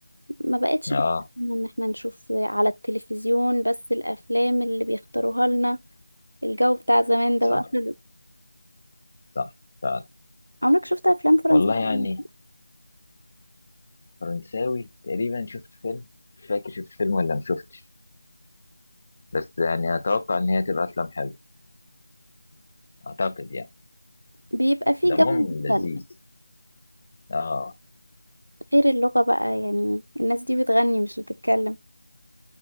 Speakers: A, on the right (about 80°); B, on the left (about 40°).
A: ما بقتش
B: اه
A: بتمنى ان احنا نشوف على التلفزيون بس الافلام اللي بيختاروها لنا الجو بتاع زمان ده
B: صح
A: بقى خلص
B: صح فعلا
A: عمرك شفت افلام فرنساوي
B: والله يعني فرنساوي تقريبا شفت فيلم مش فاكر شفت فيلم ولا ما شفتش بس يعني اتوقع ان هي تبقى افلام حلوه اعتقد يعني
A: بيبقى فيه
B: دمهم
A: جو مختلف
B: لذيذ اه
A: غير اللغة بقى يعني الناس دي بتغني مش بتتكلم